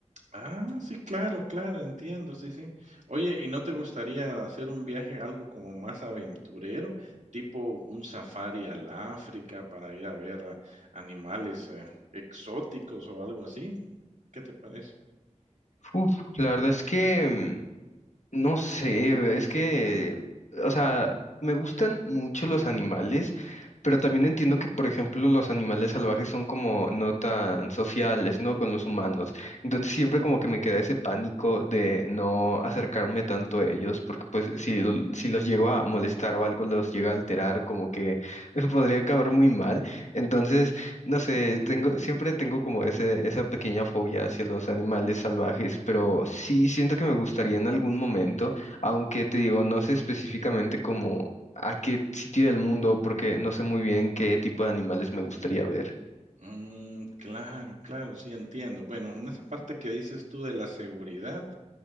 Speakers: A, on the right; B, on the left.
A: Ah, sí, claro, claro, entiendo, sí, sí. Oye, ¿y no te gustaría hacer un viaje algo como más aventurero, tipo un safari al África para ir a ver eh, animales eh, exóticos o algo así? ¿Qué te parece?
B: Uf, la verdad es que... mm, No sé, es que, o sea, me gustan mucho los animales, pero también entiendo que, por ejemplo, los animales salvajes son como no tan sociales, ¿no? Con los humanos. Entonces siempre como que me queda ese pánico de no acercarme tanto a ellos, porque pues si, lo- si los llego a molestar o algo los llega a alterar, como que <laughs> podría acabar muy mal. Entonces no sé, tengo, siempre tengo como ese, esa pequeña fobia hacia los animales salvajes, pero sí siento que me gustaría en algún momento, aunque te digo, no sé específicamente como a qué sitio del mundo, porque no sé muy bien qué tipo de animales me gustaría ver.
A: Mm, claro, claro, sí, entiendo. Bueno, en esa parte que dices tú de la seguridad,